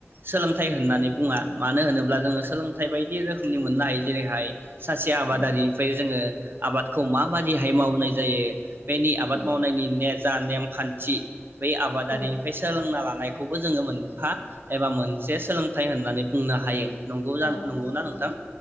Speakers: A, on the right; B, on the left.
A: सोलोंथाइ होननानै बुङा मानो होनोब्ला जोङो सोलोंथाइ बायदि रोखोमनि मोननो हायो जेरैहाय सासे आबादारिनिफ्राय
B: औ
A: जोङो आबादखौ माबादिहाय मावनाय जायो बेनि आबाद
B: औ
A: मावनायनि नेर जा नेमखान्थि बै आबादारिनिफ्राय
B: औ
A: सोलोंना ला नायखौबो जोङो मोनफा एबा मोनसे सोलोंथाइ होननानै बुंनो हायो नंगौ जा
B: औ
A: नंगौना
B: औ
A: नोंथां